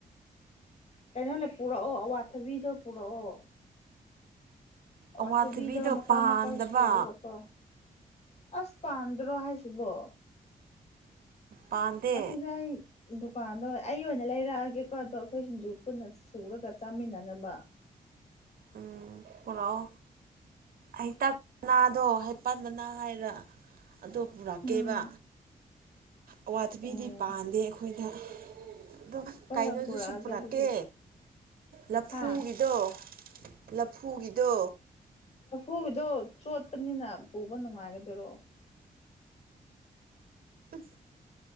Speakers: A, on the left; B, on the right.
A: ꯀꯩꯅꯣ ꯂꯩ ꯄꯨꯔꯛꯑꯣ ꯑꯋꯥꯊꯕꯤꯗꯣ ꯄꯨꯔꯛꯑꯣ
B: ꯑꯋꯥꯊꯕꯤꯗꯣ
A: ꯋꯥꯊꯕꯤꯗꯣ ꯃꯀꯥ
B: ꯄꯥꯟꯗꯕ
A: ꯃꯀꯥ ꯁꯨꯔꯒꯀꯣ ꯑꯁ ꯄꯥꯟꯗ꯭ꯔ ꯍꯥꯏꯥꯏꯁꯤꯕ
B: ꯄꯥꯟꯗꯦ
A: ꯑꯗꯨꯅꯤ ꯗꯨꯀꯥꯟꯗꯣ ꯑꯩ ꯑꯣꯏꯅ ꯂꯩꯔꯛꯑꯒꯦꯀꯣ ꯑꯗꯣ ꯑꯩꯈꯣꯏ ꯁꯤꯡꯖꯨ ꯄꯨꯟꯅꯁ ꯁꯨꯔꯒ ꯆꯥꯃꯤꯟꯅꯅꯕ
B: ꯎꯝ ꯄꯨꯅꯥꯑꯣ ꯍꯩꯇꯥꯛ ꯃꯅꯥꯗꯣ ꯍꯩꯄꯥꯜ ꯃꯅꯥ ꯍꯥꯏꯔ ꯑꯗꯣ ꯄꯨꯔꯛꯀꯦꯕ
A: ꯎꯝ
B: ꯑꯋꯥꯊꯕꯤꯗꯤ
A: ꯑꯣ
B: ꯄꯥꯟꯗꯦ ꯑꯩꯈꯣꯏꯗ ꯑꯣ
A: ꯍꯣꯏ
B: ꯀꯥꯏꯩꯅꯣꯗꯨꯁꯨ
A: ꯍꯣꯏ ꯄꯨꯔꯛꯑꯒꯦ
B: ꯄꯨꯔꯛꯀꯦ
A: ꯑꯗꯨꯗꯤ
B: ꯂꯐꯨꯒꯤꯗꯣ
A: ꯍꯥ
B: ꯂꯐꯨꯒꯤꯗꯣ
A: ꯄꯨꯗꯣ ꯆꯣꯠꯄꯅꯤꯅ ꯄꯨꯕ ꯅꯨꯡꯉꯥꯏꯒꯗꯣꯏꯔꯣ
B: ꯎꯝ